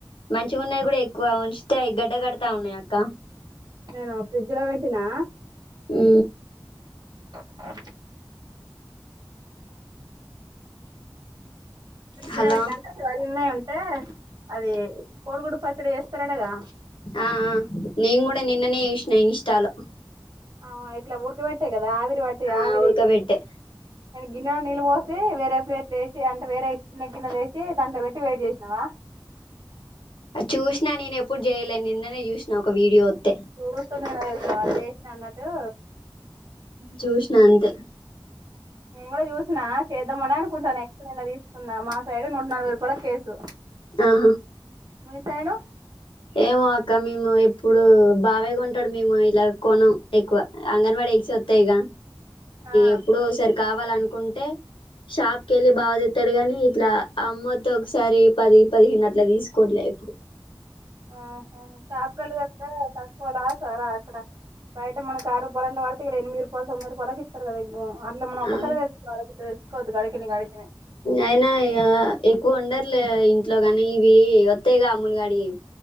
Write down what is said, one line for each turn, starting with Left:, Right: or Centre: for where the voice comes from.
Left: మంచిగా ఉన్నాయి కూడా ఎక్కువ ఉంచితే గడ్డ కడతా ఉన్నాయి అక్క
Right: నేను ఫ్రిడ్జ్ లో పెట్టినా
Left: ఉ
Right: ఆ ఆ ఫ్రిజ్లో
Left: హలో
Right: పెట్టినాక పగిలినయ్ అంటే అవి కోడిగుడ్డు పచ్చడి చేస్తారంట కదా
Left: ఆ ఆ నేను కూడా నిన్ననే చూసిన ఇన్స్టాల్
Right: అవునా ఇట్లా ఉ ఊడకబెట్టే కదా ఆవిరి వాటి
Left: ఆ
Right: ఆవిరి
Left: ఉడకబెట్టే
Right: గిన్నెలో నీళ్ళు పోసి వేరే ప్లేట్లు వేసి అంటే వేరే చిన్న గిన్నెలు వేసి దాంట్లో పెట్టి వెయిట్ చేసినావా
Left: ఆ చూసిన నేను ఎప్పుడు చేయలేను నిన్ననే చూసిన ఒక వీడియో వత్తే
Right: చూస్తున్నాను చేసిన అన్నట్టు
Left: చూసిన అంతే
Right: నేను కూడా చూసినా చేద్దామనే అనుకుంటాను ఎగ్స్ నిన్న తీసుకున్న తీసుకున్న మా సైడ్ నూట నలభై రూపాయల కేసు
Left: ఆహా
Right: మీ సైడు
Left: ఏమో అక్క మేము ఎప్పుడు బావే కొంటాడు మేము ఇలా కోనం ఎక్కువ అంగన్వాడి ఎగ్స్ వస్తాయి ఇగ
Right: ఆ
Left: ఎప్పుడో ఒక్కసారి కావాలనుకుంటే షాప్ కెళ్ళి బావ తెత్తాడు గాని ఇట్లా అమ్మద్ద ఒకసారి పది పదిహేను అట్లా తీసుకోవట్లే ఎప్పుడు
Right: ఆ షాపు కెళ్ళి తెస్తే తక్కువ లసారా ఇక్కడ బయట మన ఆ రూపాయల పడితే ఇక్కడ ఎనిమిది రూపాయలు తొమ్మిది రూపాలకి ఇస్తారు కాదా ఎక్కువ అట్లా మనం ఒకసారి
Left: ఆ
Right: తెచ్చుకోవాలి ఓకే గడికింది గడిపిన తెచ్చుకోవద్దు
Left: అయినా ఎక్కువ ఉండరు ఇట్లే ఇంట్లో కానీ ఇవి వత్తాయిగా అమ్ములు గాడివి